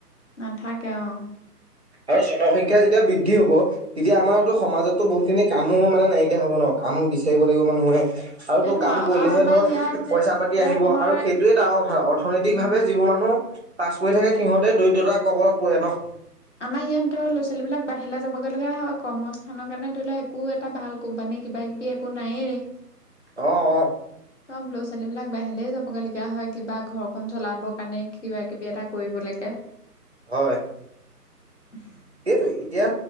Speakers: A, on the left; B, on the right.
A: নাথাকে অ'
B: আৰু <unintelligible> এতিয়া বৃদ্ধি হব তেতিয়া আমাৰতো সমাজতো বহুতখিনি কামো মানে নাইকিয়া হব ন কাম বিচাৰিব লাগিব মানুহে। আৰু
A: এইটো
B: তো কাম কৰিলেহে
A: আমাৰ
B: ধৰ
A: ইয়াত
B: পইচা পাতি
A: ইয়াত
B: আহিব
A: ধৰ
B: আৰু সেইটোৱে ডাঙৰ কথা অৰ্থনৈতিক
A: অ
B: ভাৱে যিবোৰ মানুহ পাছ পৰি থাকে সিহঁতে দৰিদ্ৰতাৰ কবলত পৰে ন?
A: আমাৰ ইয়াত ধৰ ল'ৰা ছোৱালী বিলাক বাহিৰলৈ যাবগৈ লগা হয় কৰ্মস্থানৰ কাৰণে ধৰি লও একো এটা ভাল কোম্পানী কিবা কিবি একো নায়েই।
B: অ', অ'।
A: চব ল'ৰা ছোৱালী বিলাক বাহিৰলে যাবগে লগীয়া হয় কিবা ঘৰ খন চলাবৰ কাৰণে কিবা কিবি এটা কৰিব <unintelligible>
B: হয়।
A: <unintelligible>
B: সেইটোৱেই এতিয়া